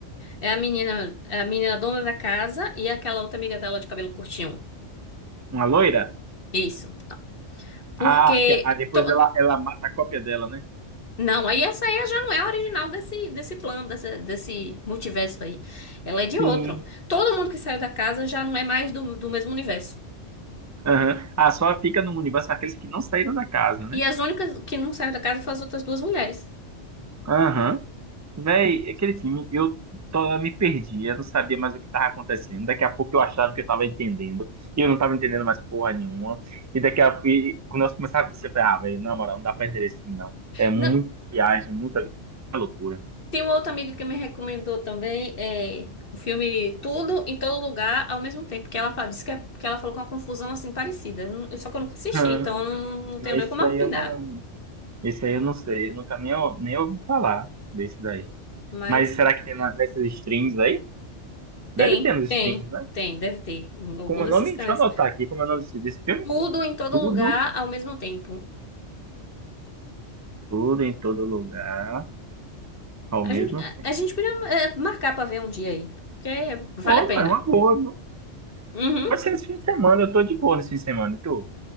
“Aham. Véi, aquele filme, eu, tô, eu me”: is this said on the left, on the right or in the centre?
Right